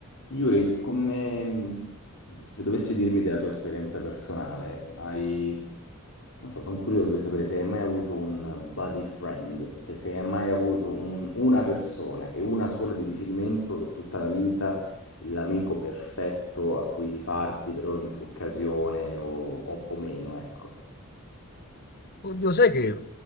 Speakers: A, on the left; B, on the left.
A: Yuri, come se dovessi dirmi della tua esperienza personale, hai, non so, sono curioso di sapere se hai mai avuto un buddy friend, cioè se hai mai avuto un- una persona e una sola di riferimento per tutta la vita, l'amico perfetto a cui rifarti per ogni occasione o, o- o meno, ecco.
B: Oddio, sai che